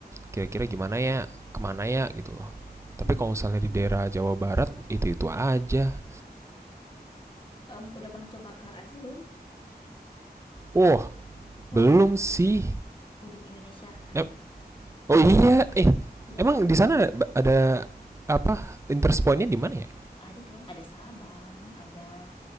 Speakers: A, on the right; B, on the left.
A: kira-kira gimana ya kemana ya gitu loh tapi
B: Hmm.
A: kalau misalnya di daerah Jawa Barat itu itu aja
B: em, udah pernah coba ke Aceh belum?
A: wah
B: Wah,
A: belum sih
B: ujung Indonesia.
A: eh, oh iya eh
B: Iya
A: emang
B: kan?
A: di sana ada, ada apa interest pointnya di mana ya
B: Ada dong, ada Sabang, ada